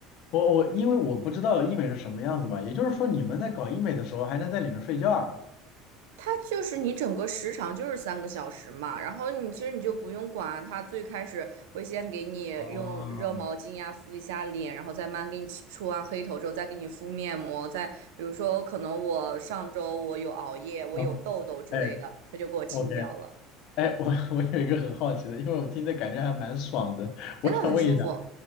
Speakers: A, on the left; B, on the right.
A: 我我因为我不知道医美是什么样子嘛，也就是说你们在搞医美的时候还能在里面睡觉啊？
B: 它就是你整个时长就是三个小时嘛，然后你其实你就不用管啊它最开始会先给你用热毛巾呀、
A: 哦，
B: 敷一下脸，然后再慢慢给你出完黑头之后，再给你敷面膜，再比如说可能我上周我有熬夜，我有痘痘之类的，
A: 然后哎
B: 它就给我清掉了，
A: ，OK，哎，我我有一个很好奇的，因为我听着感觉还蛮爽的，
B: 真的很舒服。
A: 我想问一下，